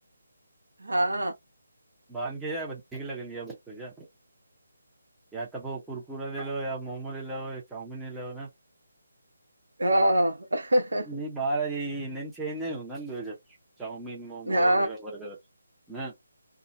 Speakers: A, on the right; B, in the centre.
A: हा
B: ॿार खे छा वधीक लॻंदी आहे बुक जा या त पोइ कुरकुरा ॾिलाओ या मोमो ॾिलाओ या चौमिन ॾईलायो न
A: हा हा
B: इहे ॿार जे ई हिननि शयुनि जा ई हूंदा अन ॿियो छा चौमिन मोमो
A: हा
B: वग़ैरह बर्गर न